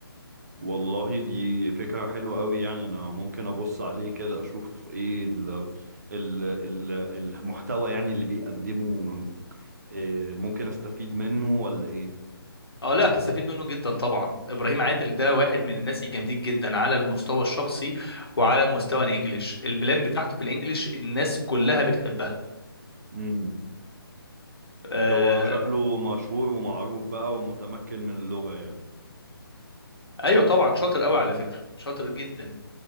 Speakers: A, on the right; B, on the left.
A: والله دي فكرة حلوة قوي يعني انا ممكن ابص عليه كده اشوف ايه ال ال ال المحتوى يعني اللي بيقدمه آه، ممكن استفيد منه ولا
B: اه لا هتستفيد منه جدا طبعا ابراهيم عادل ده واحد من الناس الجامدين جدا على المستوى الشخصي وعلى مستوى الانجليش البلان بتاعته في الانجليش الناس كلها بتحبها
A: ايه
B: آه
A: ده هو شكله مشهور ومعروف بقى ومتمكن من اللغة يعني
B: ايوه طبعا شاطر قوي على فكرة شاطر جدا